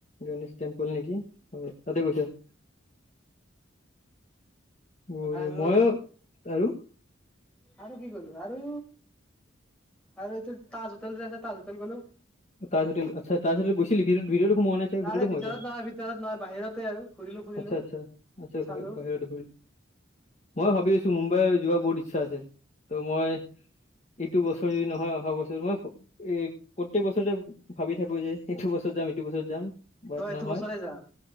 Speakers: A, on the left; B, in the centre.
A: গণেশ টেম্পল নেকি। হয় তাতে গৈছা। উ ৰে
B: আৰু
A: মইয়ো আৰু
B: আৰু কি গলো আৰু আৰু এইটো তাজ হোটেল যে আছে তাজ হোটেল গ'লো
A: তাজ হোটেল আচ্ছা তাজ হোটেল গৈছিলি ভিতৰত সোমোৱা নাই
B: তাৰে
A: ভিতৰতো সোমাইছ
B: ভিতৰত নহয় ভিতৰত নহয় বাহিৰতে আৰু ঘূৰিলো ফুৰিলো
A: আচ্ছা আচ্ছা আচ্ছা আচ্ছা
B: চালো।
A: বাহিৰত। মই ভাবি আছো মুম্বাই যোৱা বহুত ইচ্ছা আছে ত' মই এইটো বছৰে নহয় অহা বছৰ মই এই প্ৰত্যেক বছৰেতে ভাবি থাকো যে এইটো বছৰত যাম ইটো বছৰত যাম বাট
B: তই এইটো
A: নহয়।
B: বছৰে যা।